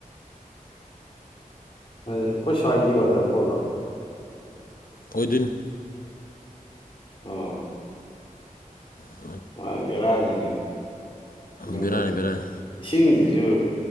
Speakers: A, on the left; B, on the left.
A: ꯑꯩꯈꯣꯏ ꯁ꯭ꯋꯥꯏꯒꯤ ꯋꯥꯇꯔꯐꯣꯜꯗꯣ
B: ꯑꯣꯏꯗꯣꯏꯅꯤ
A: ꯎꯝ
B: ꯎꯝ
A: ꯃꯥꯕꯔꯥꯅꯤꯅꯦ ꯑꯗꯨꯝꯕ
B: ꯕꯦꯔꯥꯅꯤ ꯕꯦꯔꯥꯅꯤ
A: ꯏꯁꯤꯡꯁꯤꯁꯨ